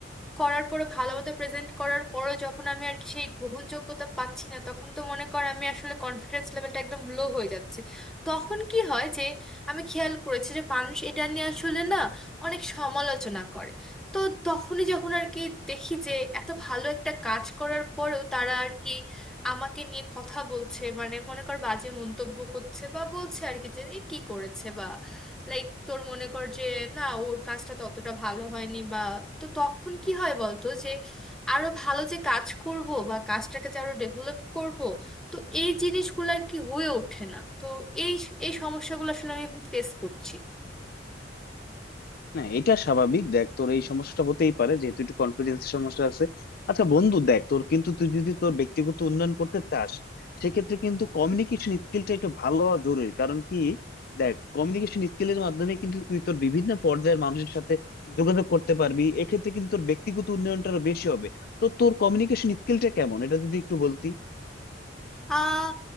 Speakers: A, in the centre; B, on the left (about 55°).
A: করার পরে ভালোমতো প্রেজেন্ট করার পরও যখন আমি আর কি সেই গ্রহণযোগ্যতা পাচ্ছি না তখন তো মনে কর আমি আসলে কনফিডেন্স লেভেলটা একদম লো হয়ে যাচ্ছে তখন কি হয় যে আমি খেয়াল করেছি যে মানুষ এটা নিয়ে আসলে না অনেক সমালোচনা করে তো তখনই যখন আর কি দেখি যে এত ভালো একটা কাজ করার পরেও তারা আর কি আমাকে নিয়ে কথা বলছে মানে মনে কর বাজে মন্তব্য করছে বা বলছে আর কি যে এ কি করেছে বা লাইক তোর মনে কর যে না ওর কাজটা ততটা ভালো হয়নি বা তো তখন কি হয় বলতো যে আরো ভালো যে কাজ করব বা কাজটাকে যে আরো ডেভেলপ করব তো এই জিনিসগুলো আর কি হয়ে ওঠে না তো এই এই সমস্যাগুলো আসলে আমি এখন ফেস করছি
B: না এটা স্বাভাবিক দেখ তোর এই সমস্যাটা হতেই পারে যেহেতু একটু কনফিডেন্স সমস্যা আছে আচ্ছা বন্ধু দেখ তোর কিন্তু তুই যদি তোর ব্যক্তিগত উন্নয়ন করতে চাস সেক্ষেত্রে কিন্তু কমিউনিকেশন স্কিলটা একটু ভালো হওয়া জরুরি কারণ কি দেখ কমিউনিকেশন স্কিলের মাধ্যমে কিন্তু তুই তোর বিভিন্ন পর্যায়ের মানুষের সাথে যোগাযোগ করতে পারবি এক্ষেত্রে কিন্তু তোর ব্যক্তিগত উন্নয়নটা আরো বেশি হবে তো তোর কমিউনিকেশন স্কিলটা কেমন এটা যদি একটু বলতি
A: আহ